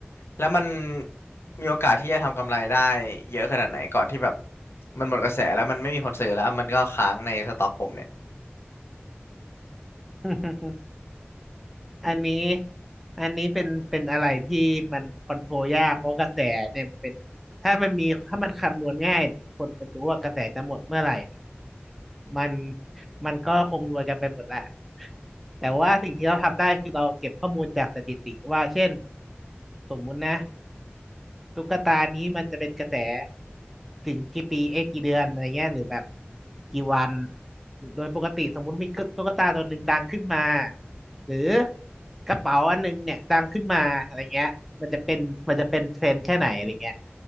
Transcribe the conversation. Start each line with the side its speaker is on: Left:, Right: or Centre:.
Left: แล้วมันมีโอกาสที่จะทำกำไรได้เยอะขนาดไหนก่อนที่แบบมันหมดกระแสแล้วมันไม่มีคนซื้อแล้วมันก็ค้างในสต็อกผมเนี่ย
Centre: <laughs> อันนี้อันนี้เป็นเป็นอะไรที่มันคอนโทรลยากเพราะกระแสเนี่ยมันเป็นถ้ามันมีถ้ามันคำนวณง่ายหรือคนมันรู้ว่ากระแสจะหมดเมื่อไหร่เนี่ยมันมันก็คงรวยกันไปหมดแหละแต่ว่าสิ่งที่เราทำได้คือเราเก็บข้อมูลจากสถิติว่าเช่นสมมุตินะตุ๊กตานี้มันจะเป็นกระแสถึงกี่ปีเอ๊ะกี่เดือนอะไรเงี้ยหรือแบบกี่วันโดยปกติสมมุติมีตุ๊กตาตัวหนึ่งดังขึ้นมา หรือกระเป๋าอันหนึงเนี่ยดังขึ้นมาอะไรเงี้ยมันจะเป็นมันจะเป็นเทรนด์แค่ไหนอะไรเงี้ย